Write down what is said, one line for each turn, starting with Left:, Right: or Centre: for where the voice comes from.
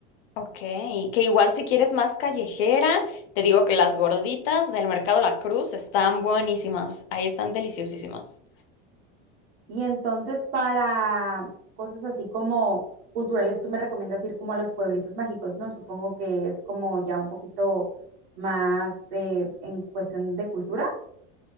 Left: ok, que igual si quieres más callejera, te digo que las gorditas del Mercado La Cruz están buenísimas. Ahí están deliciosísimas.
Right: Y entonces para cosas así como culturales, tú me recomiendas ir como a los pueblitos mágicos, ¿no? Supongo que es como ya un poquito más de, en cuestión de cultura.